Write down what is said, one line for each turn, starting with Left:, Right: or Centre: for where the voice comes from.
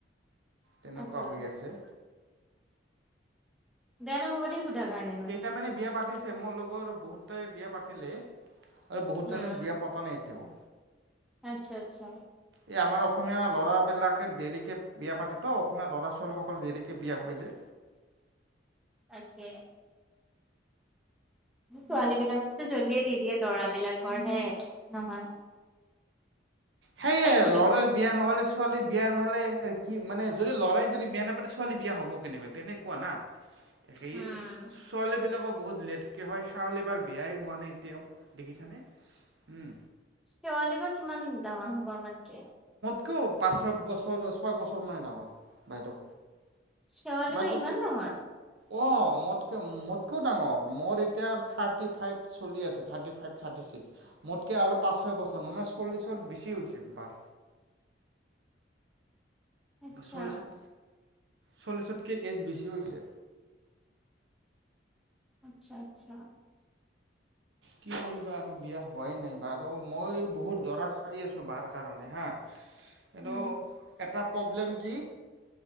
Right: তেনেকুৱা
Centre: আচ্ছা আচ্ছা
Right: হৈ আছে।
Centre: দে নব দে উদাহ কাৰণে মানে
Right: কেইটামানে বিয়া পাতিছে মোৰ লগত বহুতাই বিয়া পাতিলে আৰু বহুতজনে
Centre: উম,
Right: বিয়া পতা নাই এতিয়াও।
Centre: আচ্ছা আচ্ছা
Right: এই আমাৰ অসমীয়া ল'ৰাবিলাকে দেৰিকে বিয়া পাতেতো অসমীয়া ল'ৰা ছোৱালীসকল দেৰিকৈ বিয়া হৈ যে।
Centre: তাকে। ছোৱালী বিলাককতো জ্বলিয়ে দি দিয়ে লৰাবলাকৰ হে নহয়।
Right: সেইয়ে
Centre: এক ছেকেণ্ড
Right: ল'ৰাৰ বিয়া নহলে ছোৱালীৰ বিয়া নহলে কি মানে যদি লৰাই যদি বিয়া নাপা ছোৱালী বিয়া হ'ব কেনেকুৱা তেনেকুৱা না। একেইে
Centre: উম,
Right: ছোৱালীবিলাকক বহুত লেটকে হয় সেৱালি বাৰ বিয়াই হোৱা নাই এতিয়াও দেখিছানে উম।
Centre: শেৱালি বা কিমান দাঙৰ হয়? হয় আমাত কে
Right: একো পাঁচ ছয়ছৰ ছয় বছৰ মানে ডাঙৰ বাইদেউ।
Centre: শেৱালি
Right: বাইদেউ
Centre: বা ইমান ডাঙৰ?
Right: অঁ মোতকৈ মোতকৈও ডাঙৰ মোৰ এতিয়া থাৰ্টি ফাইভ চলি আছে থাৰ্টি ফাইভ থাৰ্টি ছিক্স মোতকৈ আৰু পাঁচ ছয় বছৰমান মানে চল্লিছৰ বেছি হৈছে বাৰ।
Centre: আচ্ছা।
Right: চল্লিছত চল্লিছতকৈ এজ বেছি হৈছে।
Centre: আচ্ছা আচ্ছা।
Right: কি কৰিবা আৰু বিয়া হোৱাই নাই বাৰ মই বহুত দৰা চাই আছোঁ বাৰ কাৰণে হা কিন্তু
Centre: উম
Right: একাপ প্ৰব্লেম কি